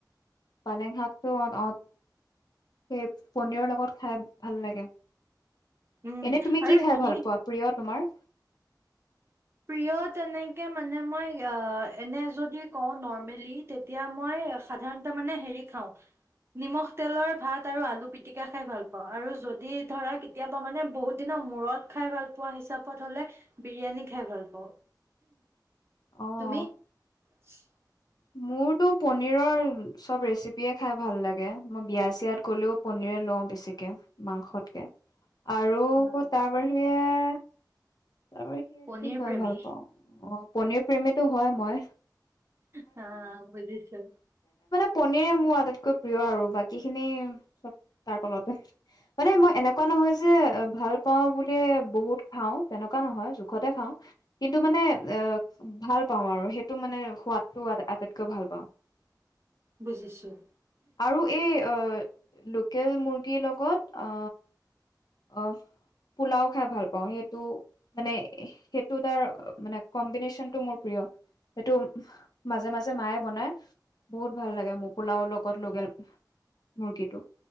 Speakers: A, on the left; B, on the right.
A: পালেং শাকটো অ অ সেই পনিৰৰ লগত খাই ভাল লাগে
B: উম
A: এনে তুমি
B: আৰু
A: কি খাই
B: হেৰি
A: ভাল পোৱা প্ৰিয় তোমাৰ
B: প্ৰিয় তেনেকে মানে মই এনে যদি কওঁ নৰ্মেলি তেতিয়া মই সাধাৰণ মানে হে খা নিমখ তেলৰ ভাত আৰু আলু পিটিকা খাই ভাল পাওঁ আৰু যদি ধৰা কেতিয়াবা মানে বহুত দিনৰ মূৰত খাই ভাল প হিচাপত হ'লে বিৰিয়ান খ খাই ভাল পাওঁ।
A: অ
B: তুমি চো <unintelligible>
A: মোৰতো পনীৰৰ সব ৰেচিপিয়ে খাই ভাল লাগে মই বিয়াচিয়াত গ'লেও পনৰে লওঁ বেছিকে মাংসতকে আৰু
B: অ
A: তাৰ বাহিৰে এহ তাৰ স কি
B: পনীৰ
A: খাই
B: প্ৰেমী
A: ভাল পাওঁ অপ পনীৰ প্ৰেমীতো হয় মই
B: হা বুজিছো
A: পনৰে মোৰ আটাইতকৈ প্ৰিয় আৰু বাকী খিনি চব তাৰ তলতে মানে মই এনেকুৱা নহয় যে ভাল পাওঁ বুলিয়ে বহুত খাওঁ তেনেকুৱা নহয় জোখতে খাওঁ কিন্তু মানে এ ভাল পাওঁ আৰু সেইটো মানে সোৱাদ ত আটাইতকৈ ভাল পাওঁ
B: বুজিছোঁ
A: আৰু এই অহ লোকেল মুৰ্গীৰ লগত অ আহ পোলাও খাই ভাল পাওঁ সেইটো মানে সেইটো তাৰ মানে কম্বিনেশচনটো মোৰ প্ৰিয় সেইটো মাজে মাজে মায়ে বনাই বহুত ভাল লাগে মোৰ পোলাও লগত লকেল মুৰ্গীটো